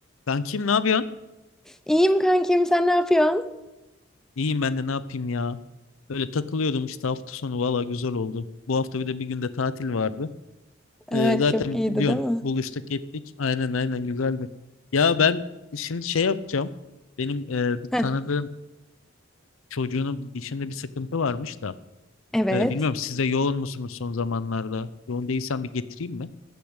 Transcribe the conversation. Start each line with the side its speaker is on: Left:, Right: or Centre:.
Left: Ben kim ne yapıyorsun?
Centre: İyiyim kankim, sen ne yapıyorsun?
Left: İyiyim ben de ne yapayım ya. Böyle takılıyordum işte hafta sonu valla güzel oldu. Bu hafta bir de bir günde tatil vardı.
Centre: Evet
Left: Ee, zaten
Centre: çok iyiydi
Left: biliyorsun
Centre: değil mi?
Left: buluştuk ettik. Aynen aynen güzeldi. Ya ben şimdi şey yapacağım. Benim e, bir
Centre: Heh,
Left: tanıdığım çocuğunun bir dişinde bir sıkıntı varmış da.
Centre: evet.
Left: E, bilmiyorum siz de yoğun musunuz son zamanlarda? Yoğun değilsen bir getireyim mi?